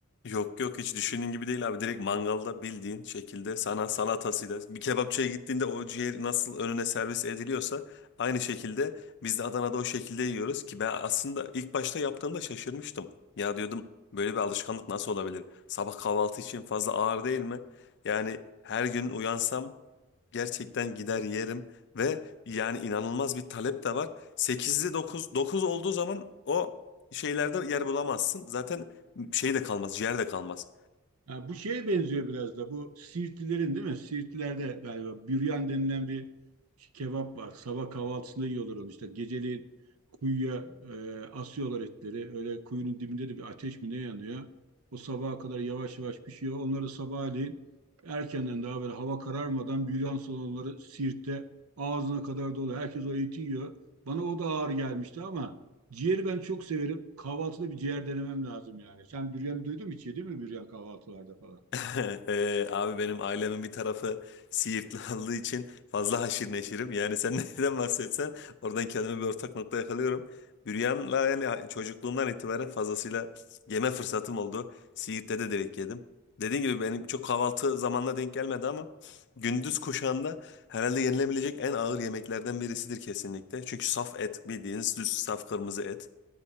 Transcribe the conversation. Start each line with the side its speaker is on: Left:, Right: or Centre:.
Left: Yok yok hiç düşündüğün gibi değil abi. Direkt mangalda bildiğin şekilde sana salatasıyla bir kebapçıya gittiğinde o ciğer nasıl önüne servis ediliyorsa aynı şekilde biz de Adana'da o şekilde yiyoruz ki ben aslında ilk başta yaptığımda şaşırmıştım. Ya diyordum böyle bir alışkanlık nasıl olabilir? Sabah kahvaltı için fazla ağır değil mi? Yani her gün uyansam gerçekten gider yerim ve yani inanılmaz bir talep de var. 8'de dokuz dokuz olduğu zaman o şeylerde yer bulamazsın. Zaten şey de kalmaz, ciğer de kalmaz.
Right: Ha, bu şeye benziyor biraz da bu Siirtlilerin değil mi? Siirtlilerde galiba büryan denilen bir kebap var. Sabah kahvaltısında yiyorlar onu işte. Geceliğin kuyuya e, asıyorlar etleri. Öyle kuyunun dibinde de bir ateş mi ne yanıyor. O sabaha kadar yavaş yavaş pişiyor. Onları sabahleyin erkenden daha böyle hava kararmadan büryan salonları Siirt'te ağzına kadar dolu. Herkes o eti yiyor. Bana o da ağır gelmişti ama Ciğeri ben çok severim. Kahvaltıda bir ciğer denemem lazım yani. Sen büryanı duydun mu hiç yedin mi büryan kahvaltılarda falan?
Left: <laughs> Ee, abi benim ailemin bir tarafı Siirtli olduğu için fazla haşir neşirim. Yani sen <laughs> neden bahsetsen oradan kendime bir ortak nokta yakalıyorum. Büryan'la yani çocukluğumdan itibaren fazlasıyla yeme fırsatım oldu. Siirt'te de direkt yedim. Dediğim gibi benim çok kahvaltı zamanına denk gelmedi ama gündüz kuşağında herhalde yenilebilecek en ağır yemeklerden birisidir kesinlikle. Çünkü saf et bildiğiniz düz saf kırmızı et.